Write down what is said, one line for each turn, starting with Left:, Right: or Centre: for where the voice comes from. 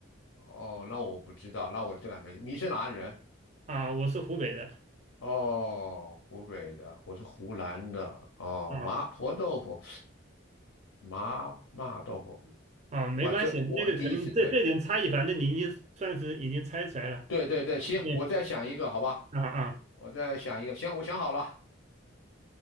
Left: 哦，那我不知道，那我这还没。你是哪里人？
Right: 啊、我是湖北的
Left: 哦，湖北的，我是湖南的。哦，
Right: 啊、
Left: 麻婆豆腐，麻麻豆腐，
Right: 啊，没关系，
Left: 我这我第一次对，
Right: 那个可能这这点差异，反正你已经算是已经猜出来了。
Left: 对对对，行，
Right: 对，
Left: 我再想一个，好吧，
Right: 啊啊
Left: 我再想一个，行，我想好了。